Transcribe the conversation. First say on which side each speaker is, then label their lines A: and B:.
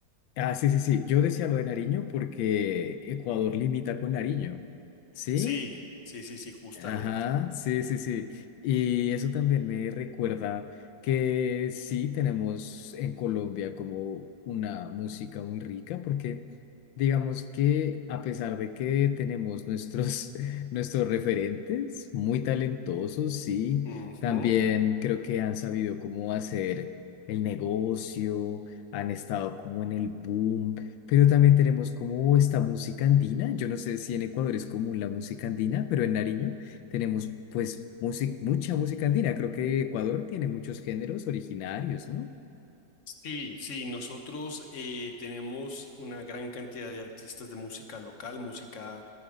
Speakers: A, on the left; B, on the left.
A: Ah, sí, sí, sí. Yo decía lo de Nariño porque Ecuador limita con Nariño. ¿Sí?
B: Sí, sí, sí, sí, justamente.
A: Ajá, sí, sí, sí. Y eso también me recuerda que sí tenemos en Colombia como una música muy rica, porque digamos que a pesar de que tenemos nuestros, <laughs> nuestros referentes muy talentosos, sí,
B: Ujú.
A: también creo que han sabido cómo hacer el negocio, han estado como en el boom, pero también tenemos como esta música andina. Yo no sé si en Ecuador es común la música andina, pero en Nariño. Tenemos pues música, mucha música andina. Creo que Ecuador tiene muchos géneros originarios, ¿no?
B: Sí, sí, nosotros eh, tenemos una gran cantidad de artistas de música local, música